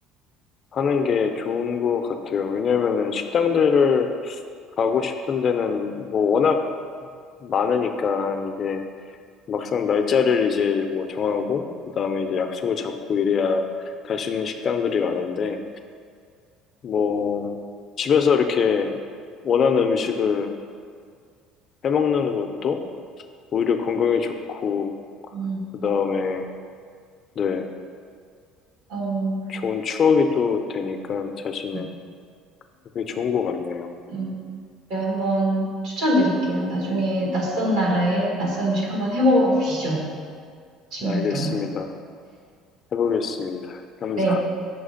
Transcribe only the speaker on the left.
하는 게 좋은 것 같아요. 왜냐면은 식당들을 가고 싶은 데는 뭐 워낙 많으니까 이게 막상 날짜를 이제 뭐 정하고 그다음에 이제 약속을 잡고 이래야 갈 수 있는 식당들이 많은데 뭐 집에서 이렇게 원하는 음식을 해먹는 것도 오히려 건강에 좋고
그다음에 네,
좋은 추억이 또 되니까 자신의
그게 좋은 것 같네요.
알겠습니다.
해보겠습니다. <laughs> 감사합니다.